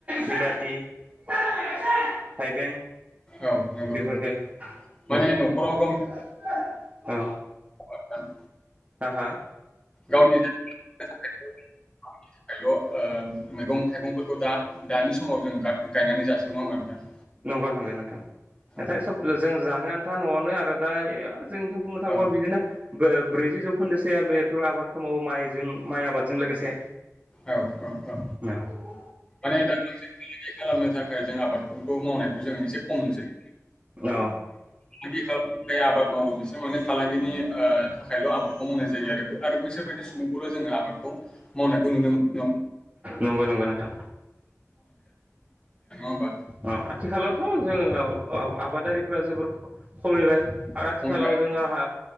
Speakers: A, on the right; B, on the left.
A: बिलाथि थाइबें
B: औ, नंगौ
A: बेफोरखो
B: नोंथां। माने
A: न ओ
B: न'खराव बाथोन
A: हा हा
B: गावनि <unintelligible> ल' मैगं थाइगंफोरखौ दा दानि समाव जों गा गायनानै जास नङा होमबा नोंथां
A: नंगौ नोंगौ नोंथां।
B: औ
A: नाथाय सब जों जानो आन्था न'आवनो आरो दा जोंनिथिं बुंनो थाङोबा
B: औ
A: बिदिनो बो ब्रैजि जौखोन्दो। <unintelligible> आबादखौ मावो माइजों माइ आबादजों लोगोसे
B: औ औ औ
A: औ
B: माने दाखोलैसो <unintelligible> खालामनो थाखाय जों आबादफोरखौ मावनायखौ जों एसे खम नुसै
A: औ।
B: फालांगि खालामनो थाखाय आबाद मावो बिसोर माने फालांगिनि ओ थाखायल' आबादखौ मावनाय जायो आरो आरो बैसोर फोरबायदि सुबुंखौल' जोङो आबादखौ मावनायखौ नुनो <unintelligible> नङा
A: नंगौ नंगौ नोंथां
B: ओमबा।
A: अ आथिखालावथ' जोङो अ आबादारिफोरा जोबोर खमिबाय। आथिखालाव
B: खमायबाय
A: जोंहा अ